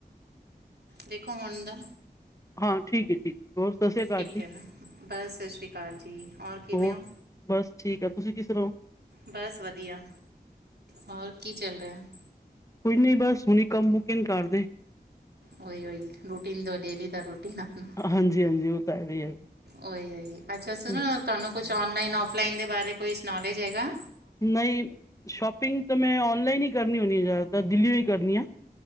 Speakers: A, on the right; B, on the left.
A: ਦੇਖੋ ਹੁਣ ਦਾ?
B: ਹਾਂ ਠੀਕ ਏ ਠੀਕ। ਹੋਰ ਸਤਿ ਸ੍ਰੀ ਅਕਾਲ
A: ਠੀਕ
B: ਜੀ,
A: ਐ ਨਾ। ਬਸ ਸਤਿ ਸ਼੍ਰੀ ਅਕਾਲ ਜੀ, ਔਰ ਕਿਵੇਂ
B: ਹੋਰ
A: ਓ?
B: ਬਸ ਠੀਕ ਆ, ਤੁਸੀ ਕਿਸਰਾਂ ਓ?
A: ਬਸ ਵਧੀਆ, ਹੋਰ ਕੀ ਚੱਲ ਰੇਆ ਐ?
B: ਕੁਛ ਨੀ ਬਸ। ਹੁਨੀ ਕੰਮ ਮੁਕੇ ਨੇ ਘਰਦੇ।
A: ਓਈ ਓਈ, ਰੂਟੀਨ ਦਾ ਡੇਲੀ ਦਾ ਰੂਟੀਨ ਅਪਣਾ
B: ਹਾਂਜੀ ਹਾਂਜੀ ਓ ਤਾਂ ਹੈ ਵੀ ਐ।
A: ਓਈ ਓਈ, ਅੱਛਾ ਸੁਨੋ
B: ਹੂੰ,
A: ਤਾਨੂੰ ਕੁਛ ਔਨਲਾਈਨ ਔਫਲਾਈਨ ਦੇ ਬਾਰੇ ਕੋਈਸ ਨੌਲੇਜ ਹੈਗਾ‌?
B: ਨਈ ਸ਼ੋਪਿੰਗ ਤੇ ਮੈਂ ਔਨਲਾਈਨ ਈ ਕਰਨੀ ਹੋਨੀ ਆ ਜਾਦਾਤਰ, ਦਿਲੀਓ ਈ ਕਰਨੀ ਆਂ।